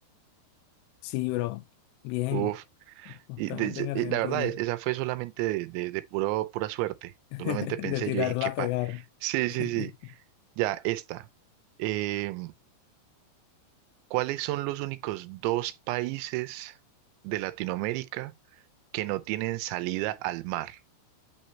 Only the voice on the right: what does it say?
Uf,
y, de-
y la verdad, es- esa fue solamente de, de, de puro, pura suerte.
Solamente pensé,
yo dije, qué
pa...
Sí,
sí, sí. Ya, esta. Eh, ¿cuáles son los únicos dos países de Latinoamérica que no tienen salida al mar?